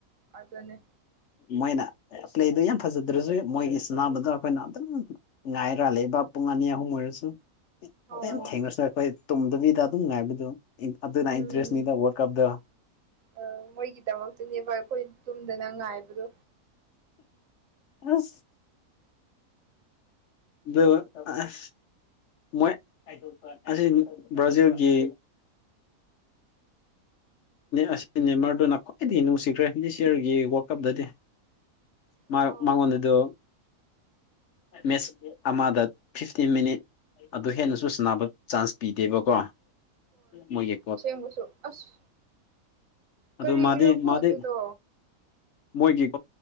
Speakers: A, on the right; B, on the left.
A: ꯑꯗꯨꯅꯦ
B: ꯃꯣꯏꯅ ꯄ꯭ꯂꯦꯗꯣ ꯌꯥꯝ ꯐꯖ ꯑꯗꯨꯗꯁꯨ ꯃꯣꯏꯒꯤ ꯁꯅꯥꯅꯕꯗꯣ ꯑꯩꯈꯣꯏꯅ ꯑꯗꯨꯝ ꯉꯥꯏꯔ ꯂꯩꯕ ꯄꯨꯡ ꯑꯅꯤ ꯑꯍꯨꯝ ꯑꯣꯏꯔꯁꯨ
A: ꯍꯣꯏ
B: ꯌꯥꯝ ꯊꯦꯡꯔꯁꯨ ꯑꯩꯈꯣꯏ ꯇꯨꯝꯗꯕꯤꯗ ꯑꯗꯨꯝ ꯉꯥꯏꯕꯗꯣ ꯑꯗꯨꯅ
A: ꯎꯝ
B: ꯏꯟꯇ꯭ꯔꯦꯁꯅꯤꯗ ꯋꯥꯔꯂꯀꯞꯇꯣ
A: ꯑ ꯃꯣꯏꯒꯤꯗꯃꯛꯇꯅꯦꯕ ꯑꯩꯈꯣꯏ ꯇꯨꯝꯗꯅ ꯉꯥꯏꯕꯗꯣ
B: ꯑꯁ <inaudible> ꯃꯣꯏ ꯑꯁꯤ ꯕ꯭ꯔꯥꯖꯤꯜꯒꯤ ꯑꯁꯤ ꯅꯦꯃꯔꯗꯨꯅ ꯈ꯭ꯋꯥꯏꯗꯒꯤ ꯅꯨꯡꯁꯤꯈ꯭ꯔꯦ ꯗꯤꯁ ꯌꯔꯒꯤ ꯋꯥꯔꯜ ꯀꯞꯇꯗꯤ
A: ꯑꯥꯎ
B: ꯃ ꯃꯉꯣꯟꯗꯗꯨꯗꯣ ꯃꯦꯠꯆ ꯑꯃꯗ ꯐꯤꯐꯇꯤ ꯃꯤꯅꯤꯠ ꯑꯗꯨ ꯍꯦꯟꯅꯁꯨ ꯁꯅꯕ ꯆꯥꯟꯁ ꯄꯤꯗꯦꯕꯀꯣ ꯃꯣꯏꯒꯤ
A: ꯑꯥꯁꯦꯡꯕꯁꯨ ꯑꯁ
B: ꯑꯗꯣ
A: ꯀꯔꯤꯒꯤꯔꯀꯣ
B: ꯃꯥꯗꯤ ꯃꯥꯗꯤ
A: ꯑꯗꯨꯗꯣ
B: ꯃꯣꯏꯒꯤ <unintelligible>